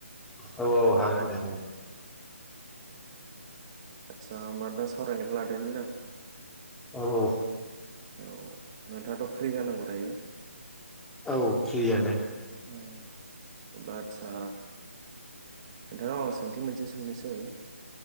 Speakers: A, in the centre; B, on the right.
A: औ औ हागोन दे हागोन।
B: आदसा होमबा नोंथां सावरायनायखौ लादोनि ना?
A: औ औ।
B: औ नोंथाङाथ' फ्रि जानांगौ दायो?
A: औ फ्रियानो।
B: ओम आतसा नोंथांनाव आं सोंथि मोनसे सोंनोसै